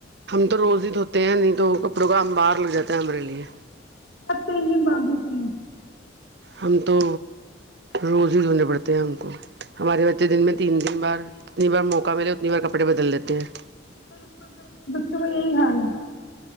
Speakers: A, on the right (about 55°); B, on the left (about 70°).
A: ہم تو روز ہی دھوتے ہیں نہیں تو کپڑوں کا امبار لگ جاتا ہے ہمارے لیے
B: اب تین دن بعد دھوتے ہو
A: ہم تو روز ہی دونے پڑتے ہیں ہم کو ہمارے بچے دن میں تین تین بار جتنی بار موقع ملے اتنی بار کپڑے بدل دیتے ہیں
B: بالکل بالکل بچوں کا یہی حال ہے